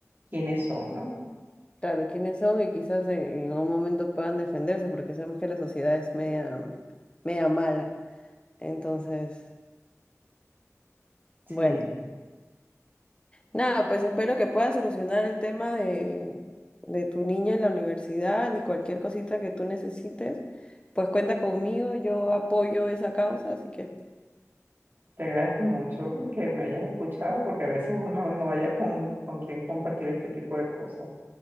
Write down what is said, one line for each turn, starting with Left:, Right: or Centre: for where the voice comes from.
Right: quiénes son, ¿no?
Left: claro, quiénes son y quizás en, en un momento puedan defenderse porque sabemos que la sociedad es media, media mala. Entonces,
Right: Sí.
Left: bueno, nada, pues espero que puedas solucionar el tema de, de tu niña en la universidad y cualquier cosita que tú necesites, pues cuenta conmigo, yo apoyo esa causa, así que...
Right: Te agradezco mucho que me hayas escuchado porque a veces uno no haya con, con quién compartir este tipo de cosas.